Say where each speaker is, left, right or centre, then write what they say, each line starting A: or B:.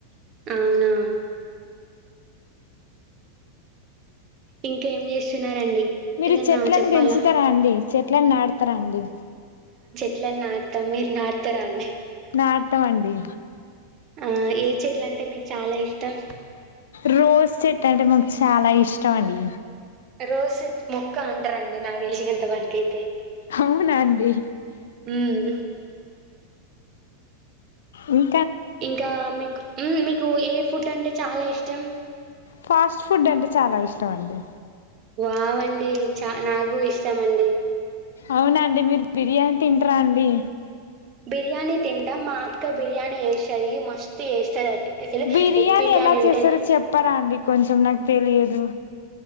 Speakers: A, on the right; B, on the left.
A: అవునా ఇంకేం చేస్తున్నారండి
B: మీరు
A: ఏదన్నా
B: చెట్లను
A: చెప్పాలా
B: పెంచుతరా అండి చెట్లని నాటు టుతరండీ
A: ట్లను నాటుతాం మీరు నాటుతరా అండి
B: నాటుతమండి
A: ఆ ఏ చెట్లు అంటే మీకు చాలా ఇష్టం
B: రోజు చెట్టంటే మాకు చాలా ఇష్టం అండి
A: రోస్ ముొక్క అంటారండీ నాకు తెలిసినంతవరకు అయితే
B: అవునా అండి
A: ఉమ్
B: ఉ
A: ఇంకా మీకు మీకు ఏ ఫుడ్ అంటే చాలా ఇష్టం
B: ఫాస్ట్ ఫుడ్ అంటే చాలా ఇష్టం అండి
A: వావ్ అండి నాకు చాలా ఇష్టం అండి
B: అవునా అండి మీరు బిర్యానీ తింటరా అండి
A: బిర్యానీ తింటాం మా అక్క బిర్యానీ చేస్తది మస్తు చేస్తది అసలు
B: బిర్యానీ
A: ఎగ్
B: ఎలా
A: ఉంటది
B: చేస్తారో చెప్పారా అండి కొంచెం నాకు తెలియదు